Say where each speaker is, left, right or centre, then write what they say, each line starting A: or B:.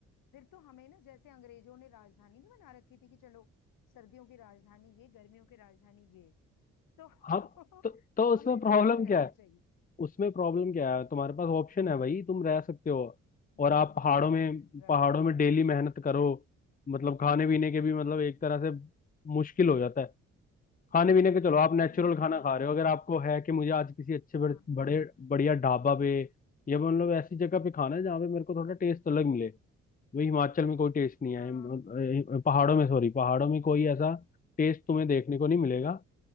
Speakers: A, on the left; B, on the left.
A: फिर तो हमें ना जैसे अंग्रेजों ने राजधानी नहीं बना रखी थी कि चलो सर्दियों की राजधानी ये गर्मियों की राजधानी ये तो
B: हाँ तो,
A: <laughs>
B: तो उसमें
A: हमें
B: प्रॉब्लम
A: वैसा करना
B: क्या है
A: चाहिए
B: उसमें प्रॉब्लम क्या है तुम्हारे पास ऑप्शन है भाई तुम रह सकते हो
A: हम्म
B: और आप पहाड़ों में
A: राइट
B: पहाड़ों में डेली मेहनत करो मतलब खाने पीने के भी मतलब एक तरह से मुश्किल हो जाता है खाने पीने के चलो आप
A: हम्म
B: नेचुरल
A: right.
B: खाना
A: हम्म, हम्म,
B: खा रहे हो अगर
A: बस,
B: आपको है कि मुझे आज किसी अच्छे बड़े
A: हाँ
B: बड़े
A: हाँ
B: बढ़िया ढाबा पे या मतलब ऐसी जगह पे खाना है जहाँ पे मेरे को थोड़ा टेस्ट अलग मिले वही हिमाचल में कोई टेस्ट नहीं
A: हाँ
B: है हिम- अ, पहाड़ों में सॉरी पहाड़ों
A: हम्म,
B: में कोई ऐसा टेस्ट तुम्हें
A: हाँ
B: देखने को नहीं मिलेगा